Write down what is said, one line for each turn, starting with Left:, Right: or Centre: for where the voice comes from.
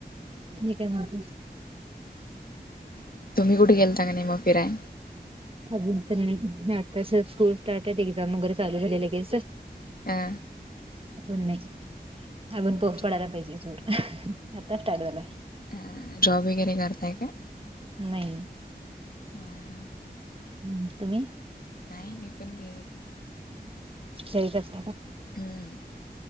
Right: क काय म
Left: तुम्ही कुठे गेलाता की नाही मग फिराय
Right: अजून तर नाही आता स्कूल स्टार्ट आहे एक्झाम वगैरे चालू झालेले क
Left: हा
Right: अन अजून
Left: म्हणजे
Right: पाऊस पडायला पाहिजे जोर आता स्टार्ट झाला
Left: हा जॉब वगैरे करताय का
Right: नाही
Left: हा
Right: हम्म तुम्ही
Left: नाही मी पण घ
Right: स कच
Left: हम